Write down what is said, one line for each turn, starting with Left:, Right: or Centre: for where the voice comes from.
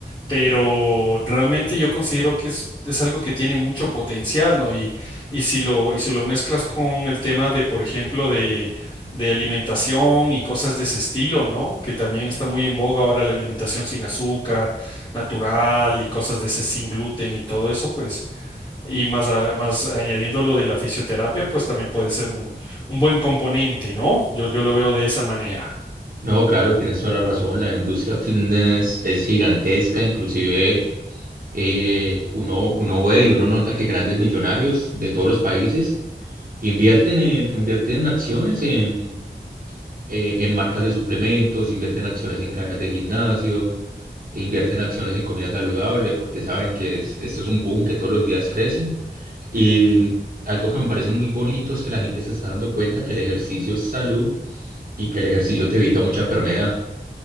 Left: pero realmente yo considero que es, es algo que tiene mucho potencial, ¿no? Y, y si lo, y si lo mezclas con el tema de, por ejemplo, de de alimentación y cosas de ese estilo, ¿no? Que también está muy en boga ahora la alimentación sin azúcar, natural y cosas de ese sin gluten y todo eso, pues, y más, a- más añadiendo lo de la fisioterapia, pues también puede ser un, un buen componente, ¿no? Yo, yo lo veo de esa manera.
Right: No, claro, tienes toda la razón. La industria fitness es gigantesca, inclusive eh, uno, uno ve y uno nota que grandes millonarios de todos los países Invierten en, invierten en acciones en, eh, en marcas de suplementos, invierten acciones en cadenas de gimnasio, e invierten acciones en comida saludable, porque saben que es- esto es un boom que todos los días crece. Y algo que me parece muy bonito es que la gente se está dando cuenta que el ejercicio es salud y que el ejercicio te evita mucha enfermedad.